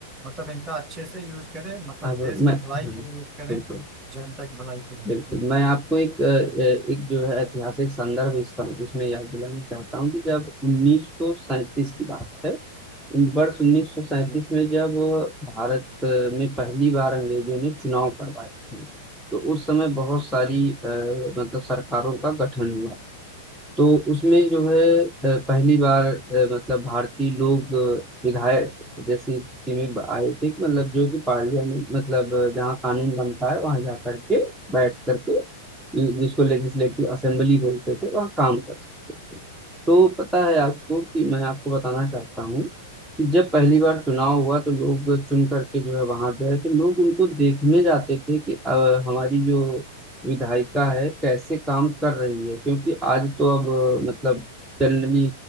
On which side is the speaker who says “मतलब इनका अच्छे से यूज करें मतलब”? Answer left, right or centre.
Right